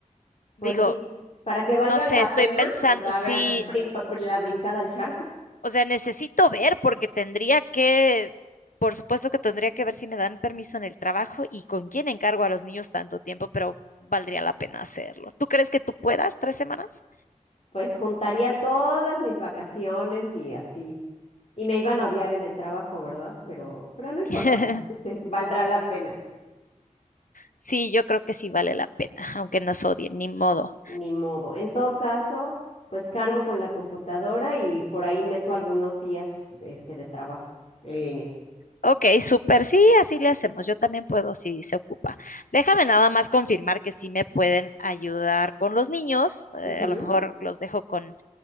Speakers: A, on the left; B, on the left.
A: Pues
B: Digo,
A: sí, para que valga
B: No sé,
A: la
B: estoy
A: pena,
B: pensando,
A: a
B: sí,
A: ver, brin- pa- brin- la brincada al charco,
B: o sea, necesito ver porque tendría que, por supuesto que tendría que ver si me dan permiso en el trabajo y con quién encargo a los niños tanto tiempo, pero valdría la pena hacerlo. ¿Tú crees que tú puedas tres semanas?
A: pues juntaría todas mis vacaciones y así. Y me iban a odiar en el trabajo, ¿verdad? Pero, pero no importa,
B: <laughs>
A: <laughs> valdrá la pena,
B: Sí, yo creo que sí vale la pena, aunque nos odien, ni modo.
A: ni modo. En todo caso, pues cargo con la computadora y por ahí meto algunos días este, de trabajo en línea.
B: Ok, súper, sí, así le hacemos. Yo también puedo si se ocupa. Déjame nada más confirmar que sí me pueden ayudar con los niños. eh,
A: Ujú.
B: a lo mejor los dejo con